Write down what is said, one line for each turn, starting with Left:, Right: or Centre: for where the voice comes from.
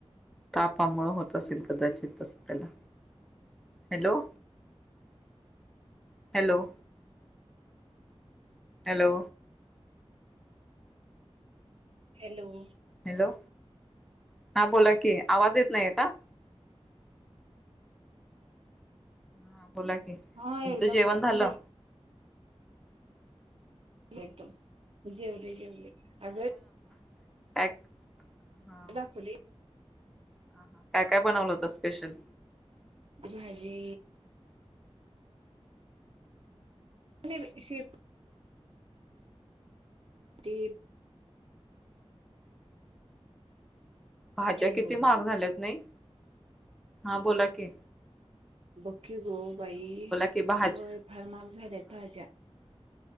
Centre: तापामु होत असेल कदाचित त्याला. Hello. Hello hello.
Right: Hello.
Centre: Hello हा बोला कि आवाज येत नाही आहे का? हा बोला कि
Right: हा
Centre: तुमचं
Right: एकदम
Centre: जेवण झालं.
Right: बदल एकदम जवले जवले अगं
Centre: अ हा.
Right: दाखवली
Centre: ह हा काय काय बनवलं होत स्पेशल
Right: भाजी आणि श ते
Centre: भाज्या
Right: हॅलो
Centre: किती महाग झाल्यात नाही. हा बोला कि.
Right: बकी गो बाई
Centre: की भाज
Right: वय फार महाग झाले भाज्या